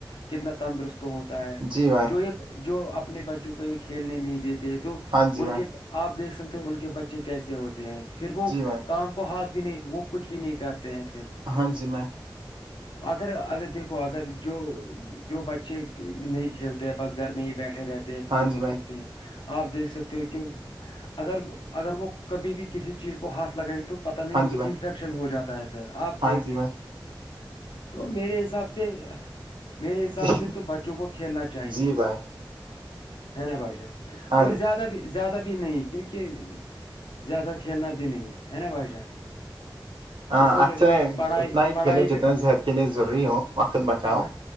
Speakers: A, on the left (about 70°); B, on the right (about 75°).
A: کتنا تندرست ہوتا ہے
B: جی بھائی
A: جو جو اپنے بچوں کو یہ کھیلنے نہیں دیتے ہیں تو
B: ہاں جی
A: ان
B: بھائی
A: کے آپ دیکھ سکتے ہو ان کے بچے کیسے ہوتے ہیں پھر وہ
B: جی بھائی
A: کام کو ہاتھ بھی نہیں وہ کچھ بھی نہیں کرتے ہیں پھر
B: ہاں جی میں
A: اگر اگر دیکھو اگر جو جو بچے نہیں کھیلتے تے بس گھر میں ہی بیٹھے رہتے ہیں فون
B: ہاں جی
A: کو
B: بھائی ہاں جی بھائی
A: دیکھتے ہیں آپ دیکھ سکتے ہو کہ اگر اگر وہ کبھی بھی کسی چیز کو ہاتھ لگائے گ تو پت نہیں
B: ہاں
A: ان کو
B: جی
A: انفیکشن
B: بھائی
A: ہو جاتا ہے پھر آپ
B: ہاں
A: دیکھ
B: جی بھائی
A: تو میرے حساب سے میرے حساب
B: جی
A: سے تو بچوں کو کھیلنا چاہ چاہیے
B: جی بھائی
A: ہے نا بھائی جان
B: ہاں
A: اور
B: جی بھائی
A: زیادہ بھی زیادہ بھی نہیں کیونکہ زیادہ کھیلنا بھی نہیں ہے نا بھائی جان
B: ہ
A: تو پھر
B: اچھا
A: پڑھائی
B: اتنا ہی
A: پڑھائی
B: کھیلو جتنا
A: پہ
B: صحت کے لیے ضروری ہو وقت بچاؤ
A: ہاں